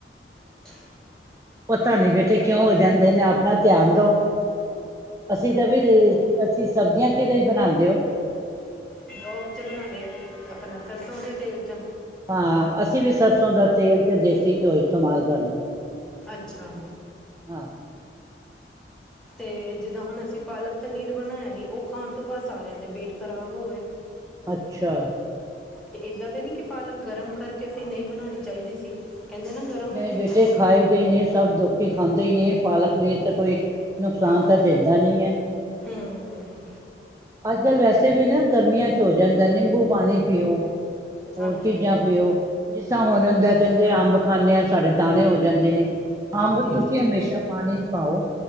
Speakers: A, in the centre; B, on the right.
A: <inaudible>
B: ਪਤਾ ਨੀ ਬੇਟੇ ਕਿਉਂ ਹੋ ਜਾਂਦੇ ਨੇ ਆਪਨਾ ਧਿਆਨ ਦੋ, ਅਸੀਂ ਤਾਂ ਬੀ ਅਸੀਂ ਸਬਜ਼ੀਆਂ ਕਿਹਦੇ ਹੀ ਬਣਾਉਂਦੇ ਹੋ।
A: ਡਰੋ ਚ ਬਨਾਦੇ ਆਪਨਾ ਸਰਸੋਂ ਦੇ ਤੇਲ ਚ
B: ਹਾਂ, ਅਸੀਂ ਵੀ ਸਰਸੋਂ ਦਾ ਤੇਲ ਤੇ ਦੇਸੀ ਘਿਓ ਇਸਤੇਮਾਲ ਕਰਨੇਆ।
A: ਅੱਛਾ।
B: ਹਾਂ।
A: ਤੇ ਜਿੱਦਾਂ ਹੁਨ ਅਸੀਂ ਪਾਲਕ ਪਨੀਰ ਬਨਾਇਆ ਸੀ, ਓ ਖਾਨ ਤੋਂ ਬਾਅਦ ਸਾਰਿਆਂ ਦੇ ਪੇਟ ਖ਼ਰਾਬ ਹੋਗੇ। <inaudible>
B: ਅੱਛਾ।
A: ਤੇ ਏਦਾਂ ਤਾਂ ਨੀ ਕਿ ਪਾਲਕ ਗਰਮ ਕਰਕੇ ਅਸੀਂ ਨੀ ਬਨਾਨੀ ਚਾਹੀਦੀ ਸੀ, ਕਹਿੰਦੇ ਨਾ ਗਰਮ
B: ਨੀ
A: ਹੁੰਦੀ
B: ਬੇਟੇ
A: ਹੈ
B: ਖਾਈ ਦੇਨੇ ਸਭ ਦੋਖੀ ਖਾਂਦੇ ਹੀ ਨੇ ਪਾਲਕ ਪਨੀਰ ਤੇ ਕੋਈ ਨੁਕਸਾਨ
A: ਹਾਂ
B: ਤਾਂ ਦਿੰਦਾ ਨੀ ਏ।
A: ਹੂੰ
B: ਅੱਜ-ਕੱਲ੍ਹ ਵੈਸੇ ਵੀ ਨਾ ਗਰਮੀਆਂ ਚ ਹੋ ਜਾਂਦੇ, ਨਿੰਬੂ ਪਾਨੀ ਪੀਓ। ਹੋਰ
A: ਹਾਂਜੀ
B: ਚੀਜ਼ਾਂ ਪੀਓ ਜਿਸ ਤਾਂ ਹੁਨ
A: ਹੂੰ
B: ਹੁੰਦੇ ਕਹਿੰਦੇ ਅੰਬ ਖਾਂਨੇ ਆ, ਸਾਡੇ ਦਾਨੇ ਹੋ ਜਾਂਦੇ ਨੇ
A: ਹਾਂਜੀ
B: ਅੰਬ ਤੁਸੀਂ
A: ਉਹ ਤਾਂ
B: ਹਮੇਸ਼ਾ ਪਾਨੀ ਚ ਪਾਓ,